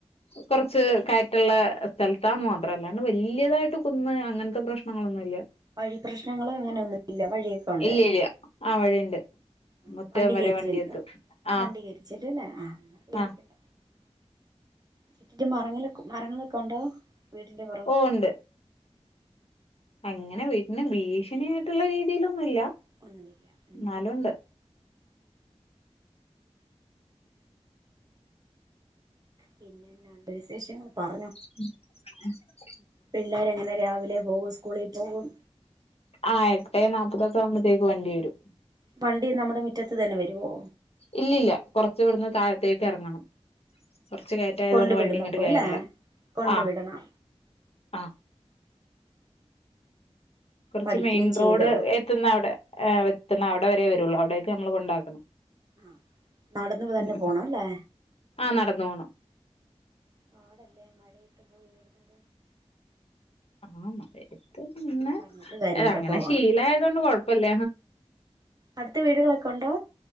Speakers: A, on the left (about 60°); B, on the right (about 35°).
A: കൊറച്ച് കയറ്റുള്ള സ്ഥലത്താന്ന് മാത്രല്ല അല്ലാണ്ട് വല്ലിയതായിട്ട് കുന്ന് അങ്ങനത്തെ പ്രശ്നം- ആ അതൊന്നുയില്ല
B: വഴി പ്രശ്നങ്ങളും അങ്ങനെയൊന്നുമില്ല വഴിയൊയുണ്ട്
A: ഇല്ല ഇല്ല ആ വഴിയുണ്ട്
B: ആ
A: മുറ്റം
B: വണ്ടി
A: വരെ
B: കേറി
A: വണ്ടിയെത്തും
B: ചെല്ലും
A: ആഹ്
B: വണ്ടി കേറി ചെല്ലും അല്ലേ ആ പേടിക്കണ്ട
A: ആഹ്
B: വീടിന്റെ മരങ്ങെ മരങ്ങളൊക്കെ ഉണ്ടോ വീടിന്റെ പൊറേ -
A: ഓ ഉണ്ട് അങ്ങനെ വീട്ടന് ഭീഷണിയായിട്ടുള്ള രീതിയിലൊന്നുമില്ല
B: ഒന്നുമില്ല ഉം
A: എന്നാലുണ്ട്
B: പിന്നെ എന്നാ വിശേഷങ്ങൾ പറഞ്ഞോ
A: ഉ ഉ <inaudible>
B: പിള്ളേര് എങ്ങനാ രാവിലെ പോകും സ്കൂളിൽ പോകും
A: ആ എട്ടേനാപ്പതൊക്കെ ആകുമ്പഴത്തേക്ക് വണ്ടി വരും
B: വണ്ടി നമ്മുടെ മുറ്റത്ത് തന്നെ വരുവോ
A: ഇല്ലല്ല കൊറച്ച് ഇവിടുന്ന് താഴത്തേക്ക് എറങ്ങണം കൊറച്ച് കയറ്റായതുകൊണ്ട്
B: കൊണ്ട് വിടും
A: വണ്ടി ഇങ്ങോട്ട്
B: അപ്പൊ
A: കയറില്ല
B: അല്ലേ കൊണ്ട്
A: ആഹ്
B: വിടണം
A: ആഹ് കൊറച്ച്
B: പഠിക്കുകയും
A: മെയിൻ
B: ചെയ്തോളും
A: റോഡ് എത്തുന്ന അവിടെ എത്തുന്ന അവിടെ വരെ വരുള്ളു അവിടേക്ക് നമ്മള് കൊണ്ടാക്കണം
B: ആ നടന്ന് തന്നെ
A: ഉം ഉം
B: പോണം അല്ലേ
A: ആഹ് നടന്നു പോണം
B: പാടല്ലേ മഴയത്ത് പോയി വരുന്നത്
A: ആ മഴയത്ത് പിന്നെ
B: പറഞ്ഞിട്ട് കാര്യമില്ല
A: അങ്ങനെ
B: പോകണം
A: ശീലയതൊണ്ട് കൊഴപ്പില്ല
B: അടുത്ത് വീടുകളൊക്കെ ഒണ്ടോ